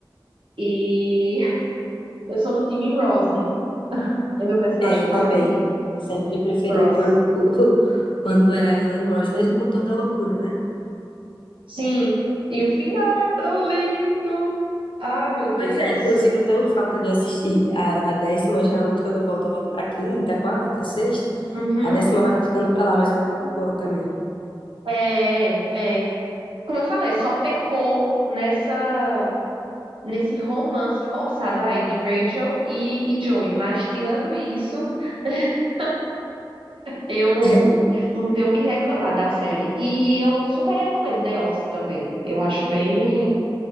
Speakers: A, on the right; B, on the left.
A: E <laughs> eu sou do time Ross, né? É meu personagem
B: É, eu
A: favorito.
B: também. Sempre preferi
A: Ross.
B: quando, <laughs> quando era ela e o Ross, mesmo com toda a loucura, né?
A: Sim. E o final é tão lindo. Ai, meu Deus.
B: Pois é, inclusive eu tô em falta de assistir a, a décima. Geralmente quando eu volto, eu volto pra quinta, quarta, sexta.
A: Uhum.
B: A décima vai ficando pra lá, mas ela é muito boa também.
A: É, é. Como eu falei, só pecou nessa. nesse romance forçado aí de Rachel e, e Joey. Mas tirando isso, <laughs> eu
B: <laughs>
A: não tenho o que reclamar da série. E eu super recomendo The Office também. Eu acho bem.